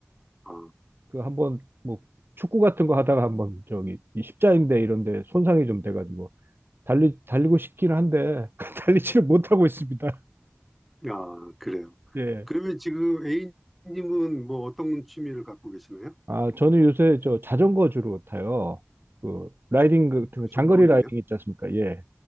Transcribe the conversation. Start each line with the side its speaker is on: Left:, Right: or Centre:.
Centre: 아,
Right: 그 한번 뭐 축구 같은 거 하다가 한번 저기 이 십자인대 이런 데 손상이 좀 돼가지고 달리, 달리고 싶기는 한데 <laughs> 달리지를 못하고 있습니다. <laughs>
Centre: 아, 그래요.
Right: 예.
Centre: 그러면 지금 A님은 뭐 어떤 취미를 갖고 계시나요?
Right: 아, 저는 요새 저 자전거 주로 타요. 그 라이딩 같은
Centre: 역시
Right: 거 장거리
Centre: 운동이네요.
Right: 라이딩 있지 않습니까? 예.